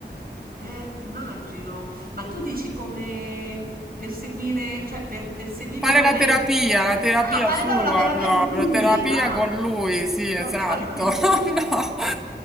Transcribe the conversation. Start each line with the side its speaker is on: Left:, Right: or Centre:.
Right: Eh, immagino. Ma tu dici come perseguire, cioè per, perseguirlo
Centre: Fare
Right: come...
Centre: la terapia, la terapia
Right: Ah, fare
Centre: sua
Right: proprio la terapia
Centre: proprio,
Right: con lui.
Centre: terapia
Right: Ah,
Centre: con lui, sì,
Right: <laughs>
Centre: esatto.
Right: ho capito.
Centre: <laughs> No,